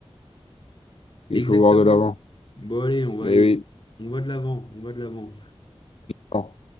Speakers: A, on the left; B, on the left.
A: Il
B: Exactement.
A: faut voir de l'avant.
B: Bon, allez, on va
A: Eh
B: aller.
A: oui.
B: On va de l'avant, on va de l'avant.
A: Bon.